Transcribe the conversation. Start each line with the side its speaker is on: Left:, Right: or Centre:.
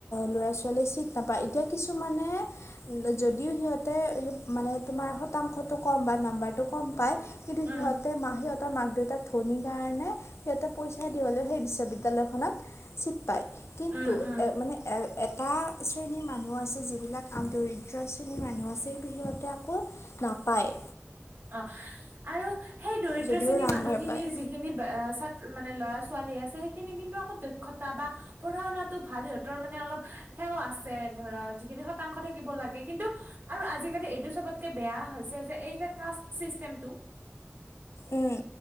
Left: ালিক নাপায় এতিয়া কিছুমানে যদিও সিহঁ তমাৰ শতাংশটো কম বা নাম্বাৰটো কম পায় কিন্তু
Right: উম
Left: সিহতে মাহ সিহতৰ মাক দেউতাক ধনীৰ কাৰণে সিহঁতে পইচা দি হলেও সেই বিশ্ববিদ্য়ালয়খননত চিট পায় কিন্তু
Right: উম উম
Left: এ মানে এ এটা শ্ৰেণীৰ মানুহ আছে যিবিলাক আ দৰিদ্ৰ শ্ৰেণীৰ মানুহ আছে সেই বিহতে আকৌ ন পায়
Right: অ আৰু সেই দৰিদ্ৰ
Left: যদিও
Right: শ্ৰেণীৰ
Left: নাম্বাৰ
Right: মানুহখিনিৰ
Left: পায়
Right: যিখিনি ছাত্ৰ মান ল'ৰা ছোৱালী আছে সেইখিনি কিন্তু আকৌ দক্ষতা বা পঢ়া শুাতো ভাল সিহঁতৰ মানে অলপ সেৱা আছে ধৰা যিখিনি শতাংশ থাকিব লাগে কিন্তু আৰু আজিকালি এইটো চবতকে বেয়া হৈছে যে এই যে কষ্ট চিষ্টেমটো
Left: উম